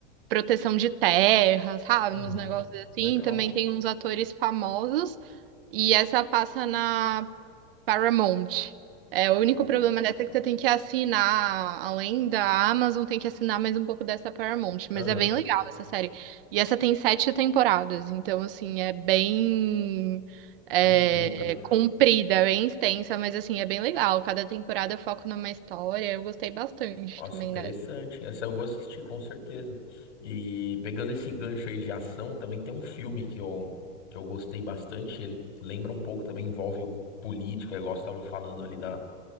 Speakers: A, on the right; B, on the left.
A: proteção de terras, sabe?
B: Uhum.
A: Uns negócios assim.
B: Legal.
A: Também tem uns atores famosos, e essa passa na Paramount. É, o único
B: Paramount,
A: problema dessa
B: então.
A: é que você tem que assinar, além da Amazon, tem que assinar mais um pouco dessa Paramount. Mas
B: Aham.
A: é bem legal essa série. E essa tem sete temporadas, então, assim, é bem é,
B: Bem extenso, né?
A: comprida, bem extensa, mas, assim, é bem legal. Cada temporada foca numa história. Eu gostei bastante
B: Nossa,
A: também
B: interessante.
A: dessa.
B: Essa eu vou assistir com certeza. E pegando esse gancho aí de ação, também tem um filme que eu, que eu gostei bastante. Ele lembra um pouco, também envolve o político, é igual você estava falando ali da,